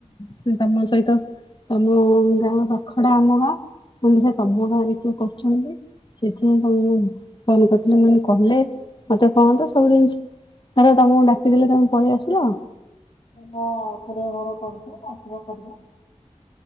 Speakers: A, on the left; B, on the left.
A: ସେ ତମ ସହିତ ତମ ଗାଁ ପାଖ ଟା ଆମ ଗାଁ, କହିଲି ଦେଖିଆ ତମ ଗାଁରେ କିଏ କରୁଛନ୍ତି ସେଥିପାଇଁ ତମକୁ ମୁଁ ଫୋନ୍ କରିଥିଲି ମୁଁ କହିଲେ କଲେ ମତେ କହନ୍ତ ସବୁ ଜିନିଷ ଆରେ ତମକୁ ଡାକିଦେଲେ ତମେ ପଳେଇ ଆସିବ?
B: ମୋ <unintelligible> ଘର କରୁଥିଲେ ଆସିବା କରିବା।